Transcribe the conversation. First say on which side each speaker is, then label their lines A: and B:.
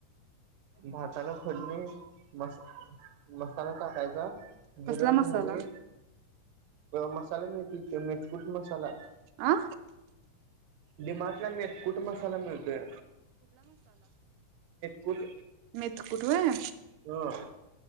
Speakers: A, on the right; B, on the right.
A: भाताला फोडनी मस मसाला टाकायचा. जिरे
B: कसला मसाला
A: मोहरी मसाला मिळतील ते मेचपूट मसाला...
B: आ
A: दिमाग.. मी कुठून मसाला मिळतो. कुठ.
B: मीथकठ होय
A: ह